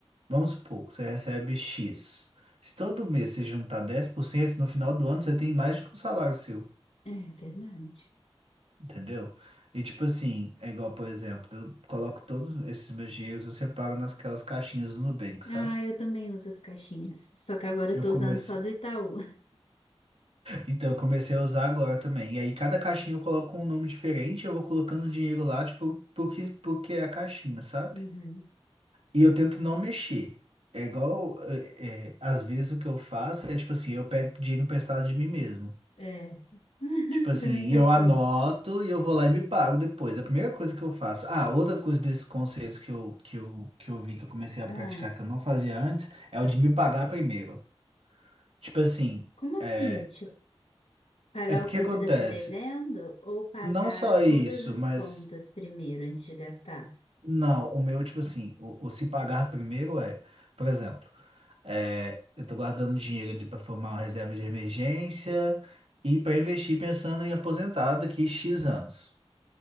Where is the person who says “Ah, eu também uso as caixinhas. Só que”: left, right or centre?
Left